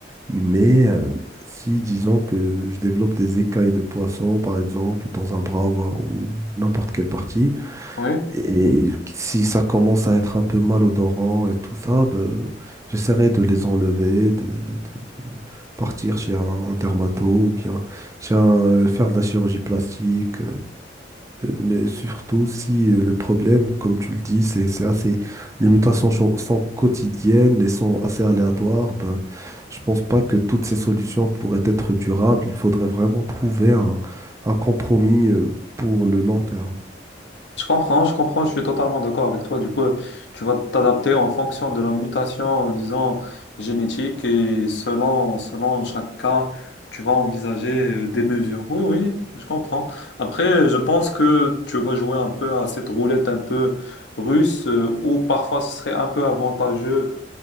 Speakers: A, on the right (about 15°); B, on the left (about 70°).
A: Mais euh, si, disons que je développe des écailles de poisson, par exemple, dans un bras ou, ou n'importe quelle partie,
B: Oui,
A: et si ça commence à être un peu malodorant et tout ça, ben, j'essaierai de les enlever, de, de- de- de partir chez un dermato ou bien chez un, faire de la chirurgie plastique. Mais surtout si euh, le problème, comme tu le dis, c'est c'est assez... Les mutations sont, sont quotidiennes et sont assez aléatoires, ben, je pense pas que toutes ces solutions pourraient être durables. Il faudrait vraiment trouver un, un compromis euh, pour le long terme.
B: je comprends, je comprends, je suis totalement d'accord avec toi. Du coup, euh, tu vas t'adapter en fonction de la mutation, euh, disons, génétique et selon, selon chaque cas, tu vas envisager euh, des mesures. Oui, oui, je comprends. Après, euh, je pense que tu vas jouer un peu à cette roulette un peu russe euh, où parfois ce serait un peu avantageux